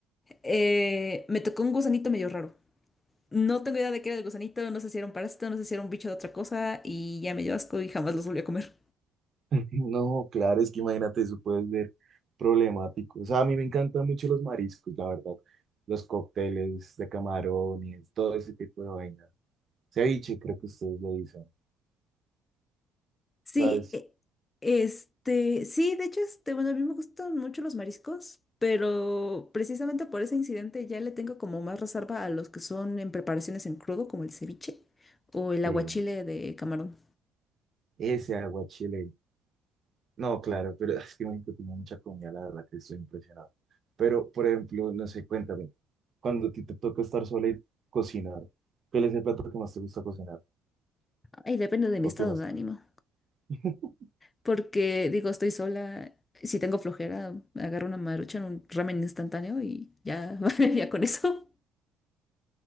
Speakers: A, on the left; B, on the right.
A: eh, me tocó un gusanito medio raro. No tengo idea de qué era el gusanito, no sé si era un parásito, no sé si era un bicho de otra cosa y ya me dio asco y jamás los volví a comer.
B: <laughs> No, claro, es que imagínate, eso puede ser problemático. O sea, a mí me encantan mucho los mariscos, la verdad. Los cócteles de camarones, todo ese tipo de vainas. Ceviche, creo que ustedes lo dicen.
A: Sí,
B: ¿Sabes?
A: e- este, sí, de hecho, este, bueno, a mí me gustan mucho los mariscos, pero precisamente por ese incidente ya le tengo como más reserva a los que son en preparaciones en crudo, como el ceviche o el
B: Sí,
A: aguachile de camarón.
B: ese aguachile. No, claro, pero <laughs> es que México tiene mucha comida, la verdad que estoy impresionado. Pero, por ejemplo, no sé, cuéntame, cuando a ti te toca estar sola y cocinar, ¿cuál es el plato que más te gusta cocinar?
A: Ay, depende de mi
B: ¿O
A: estado
B: qué más?
A: de ánimo.
B: <laughs>
A: Porque digo, estoy sola, si tengo flojera, agarro una marucha en un ramen instantáneo y ya, <laughs> ya con eso.